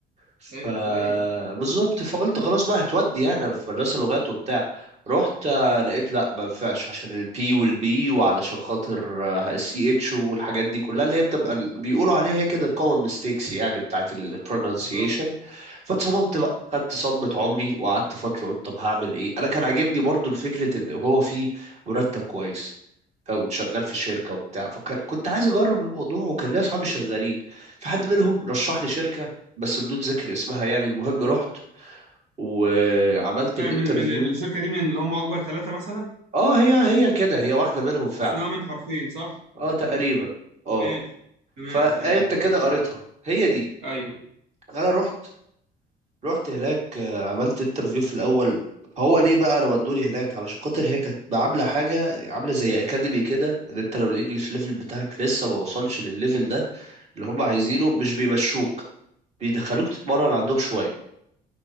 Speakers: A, on the right; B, on the right.
A: فبالظبط
B: حلو زي
A: فقلت خلاص بقى هتودي يعني انا في مدرسه لغات وبتاع رحت آه، لقيت لا ما ينفعش عشان البي والبي وعلشان خاطر السي اتش والحاجات دي كلها اللي هي بتبقى ال- بيقولوا عليها هي كده الكومن ميستيكس يعني بتاعت البرونانسيشن
B: بالظبط
A: فاتصدمت بقى خدت صدمه عمري وقعدت فتره قلت طب هعمل ايه انا كان عاجبني برضو الفكره ان هو في مرتب كويس او شغال في شركه وبتاع فكنت عايز اجرب الموضوع وكان ليا اصحابي شغالين في حد منهم رشح لي شركه بس بدون ذكر اسمها يعني المهم رحت وعملت
B: طيب،
A: الانترفيو
B: من من الشركة دي من اللي هم أكبر ثلاثة مثلا
A: اه هي هي كده هي واحدة منهم فعلا
B: اسمها من حرفين صح؟
A: اه تقريبا اه
B: ماشي تمام
A: فانت
B: تمام
A: كده قريتها هي دي
B: أيوه
A: انا رحت رحت هناك آه، عملت انترفيو في الاول هو ليه بقى انا ودوني هناك علشان خاطر هي كانت عامله حاجه عامله زي اكاديمي كده ان انت لو الانجليش ليفل بتاعك لسه ما وصلش للليفل ده اللي هم عايزينه مش بيمشوك بيدخلوك تتمرن عندهم شويه